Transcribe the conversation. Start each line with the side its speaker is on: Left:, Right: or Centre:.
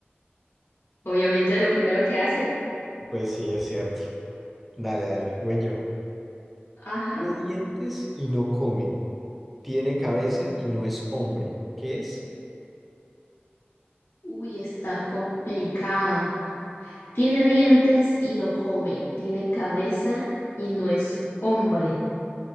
Left: Obviamente es lo primero que hace.
Centre: Pues sí, es cierto. Dale, dale, voy yo.
Left: Ajá.
Centre: Tiene dientes y no come. Tiene cabeza y no es hombre. ¿Qué es?
Left: Uy, está complicada. Tiene dientes y no come, tiene cabeza y no es hombre.